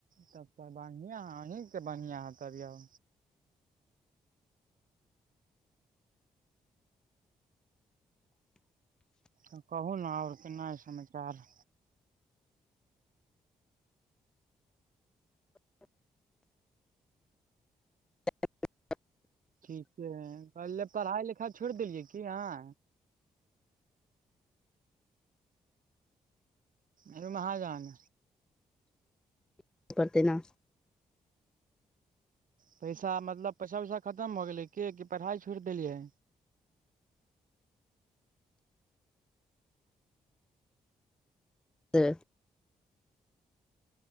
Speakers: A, on the right (about 55°); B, in the centre.
A: तब तऽ बढ़िया अहीं कऽ बढ़िया ह तब यौ तऽ कहू न और की नया समाचार
B: <unintelligible>
A: ठीकेँ है पहिले पढ़ाइ लिखाइ छोड़ि देलियै की अहाँ हयो महजन
B: परते ना
A: पैसा मतलब पैसा उैसा खतम हो गेलै की की पढ़ाई छोड़ देलियै
B: से